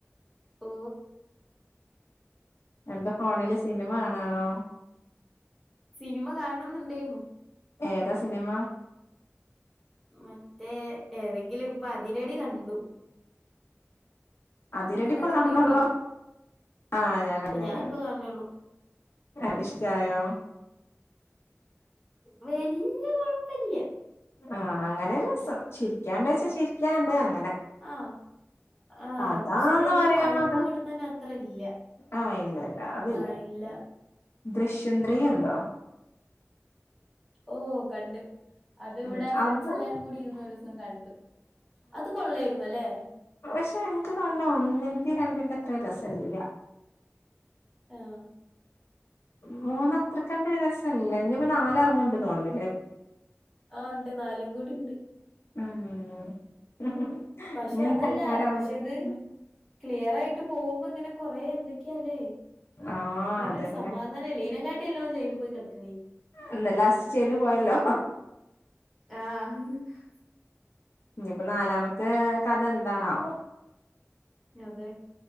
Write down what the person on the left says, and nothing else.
എന്താ ഫോണിൽ സിനിമ കാണാണോ
ഏതാ സിനിമ
അതിരടി
ഇപ്പൊ നടന്നാള്ളോ
ആഹ് ഞാൻ കണ്ടു
ഞാൻ കണ്ടു
ആഹ് ഇഷ്ടായോ
ആഹ് അങ്ങനെ രസം ചിരിക്കാണ്ട വച്ചാ ചിരിക്കാണ്ട്
അങ്ങനെ
കഥാന്ന്
പറയാൻ
മാത്രം
ആഹ് ഇല്ല ഇല്ല അതില്ല
ദൃശ്യം ത്രീ കണ്ടോ
ഉം
അതും
പക്ഷേ എനിക്ക് തോന്ന്ണ് ഒന്നിൻ്റെയും രണ്ടിൻ്റെ അത്രയും രസയില്ല
മൂന്ന് അത്രക്കണ്ട് രസല്ല ഇഞ് ഇപ്പൊ നാല് അറങ്ങ്ണ്ട് തോൺണ്
ഉം ഇഞ്ഞും
സൽക്കാരാ <unintelligible>
ആഹ്
അതന്നെ
എന്തല്ല ലസ്റ്റ് ചെയ്യന് പോയല്ലോ
ഇനിയിപ്പോ നാലാമത്തെ കഥ എന്താണാവോ